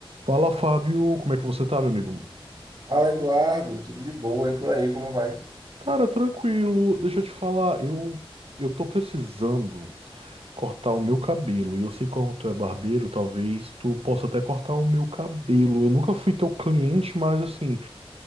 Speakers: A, on the right (about 80°); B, on the right (about 45°).
A: Fala, Fábio, como é que você tá, meu amigo?
B: Fala, Eduardo, tudo de boa e por aí, como vai?
A: Cara, tranquilo. Deixa eu te falar, eu eu tô precisando cortar o meu cabelo. E eu sei como tu é barbeiro, talvez tu possa até cortar o meu cabelo. Eu nunca fui teu cliente, mas assim,